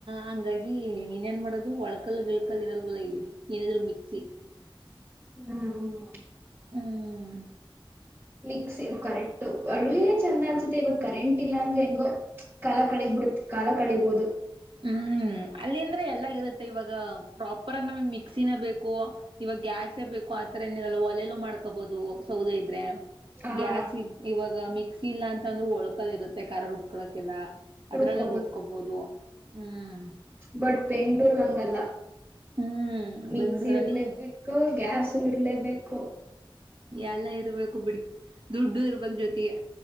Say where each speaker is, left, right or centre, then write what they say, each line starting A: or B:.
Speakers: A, on the right; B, on the right.
A: ಹಂಗಾಗಿ ಇನ್ನೇನ್ ಮಾಡದು ಒಳ್ಕಲ್ ಗಿಳ್ಕಲ್ ಇರಲ್ವಲ್ಲ ಇಲ್ಲಿ ಏನಿದ್ರು ಮಿಕ್ಸಿ.
B: ಹ್ಮ.
A: ಹ್ಮ.
B: ಮಿಕ್ಸ್ ಕರೆಕ್ಟು ಹಳ್ಳಿಲೆ ಚಂದ ಅನ್ಸುತ್ತೆ ಇವಾಗ ಕರೆಂಟ್ ಇಲ್ಲ ಅಂದ್ರೆ ಹೆಂಗೋ ಕಾಲ ಕಳಿದ್ಬಿಡುತ್ತೆ ಕಾಲ ಕಳಬೋುದು.
A: ಹ್ಮ್. ಅಲ್ಲಿಂದ್ರೆ ಎಲ್ಲ ಇರುತ್ತೆ ಇವಾಗ. ಪ್ರಾಪರ್ ಆಗ ನಮಿಗ್ ಮಿಕ್ಸಿನೆ ಬೇಕು ಇವಾಗ ಗ್ಯಾಸೇ ಬೇಕು ಆತರ ಏನಿರಲ್ಲ ಒಲೆಲು ಮಾಡ್ಕೋಬಹುದು ಸೌದೆ ಇದ್ರೆ.
B: ಹಾ
A: ಗ್ಯಾಸ್ ಇದ್ ಇವಾಗ ಮಿಕ್ಸಿ ಇಲ್ಲಾಂತಂದ್ರು ಒಳ್ಕಲ್ ಇರುತ್ತೆ ಖಾರ ರುಬ್ಕೊಳ್ಳೋಕೆಲ್ಲ. ಅದ್ರಲ್ಲು
B: ರುಬ್ಕೋಬೋದು
A: ರುಬ್ಕೊಬೋದು. ಹ್ಮ.
B: ಬಟ್ ಬೆಂಗಳೂರ್ ಹಂಗಲ್ಲ.
A: ಹ್ಮ್
B: ಮಿಕ್ಸಿ
A: ಬೆಂಗ್ಳೂರಲ್ಲಿ
B: ಇರ್ಲೇಬೇಕು ಗ್ಯಾಸು ಇರ್ಲೇಬೇಕು.
A: ಎಲ್ಲ ಇರ್ಬೇಕು ಬಿಡಿ ದುಡ್ಡು ಇರ್ಬೇಕ್ ಜೊತಿಗೆ.